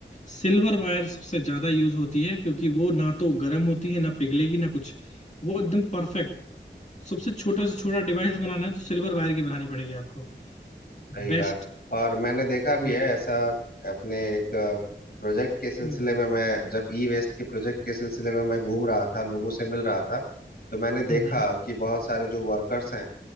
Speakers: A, on the left; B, on the left.
A: सिल्वर वायर सबसे ज्यादा यूज होती है क्योंकि वो ना तो गर्म होती है ना पिघलेगी ना कुछ वो एकदम परफेक्ट सबसे छोटा से छोटा डिवाइस बनाना है तो सिल्वर वायर की बनानी पड़ेगी आपको
B: सही
A: बेस्ट
B: कहा और मैंने देखा भी
A: वेट
B: है ऐसा अपने एक प्रोजेक्ट के सिलसिले
A: हम्म
B: में मैं जब ई वेस्ट के प्रोजेक्ट के सिलसिले में मैं घूम रहा था लोगों से मिल रहा था तो मैंने
A: हम्म,
B: देखा
A: हम्म।
B: कि बहुत सारे जो वर्कर्स हैं